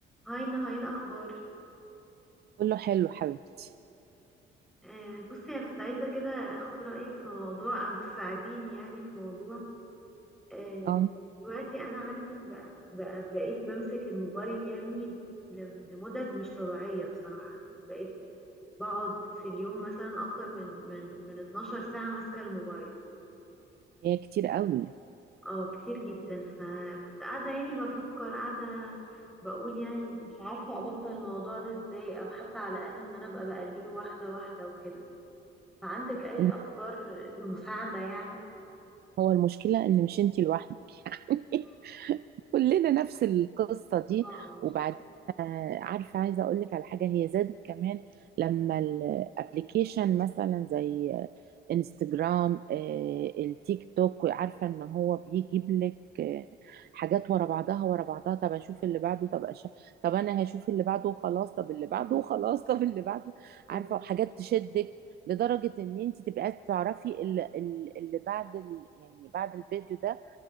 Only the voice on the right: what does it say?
كله حلو حبيبتي
اه
هي كتير قوي
الم-
هو المشكلة ان مش انتي لوحدك <laughs> يعني
كلنا نفس القصة دي
وبعدين آه، عارفة عايزة اقول لك على حاجة هي زادت كمان لما الابليكيشن مثلا زي انستجرام آه، التيك توك عارفة ان هو بيجيب لك آه، حاجات ورا بعضها ورا بعضها طب اشوف اللي بعده طب أش... طب انا هشوف اللي بعده وخلاص طب اللي
بعده وخلاص <laughs> طب اللي بعده
عارفة وحاجات تشدك لدرجة ان انت تبقى عايزة تعرفي اللي, اللي بعد ال... يعني بعد الفيديو ده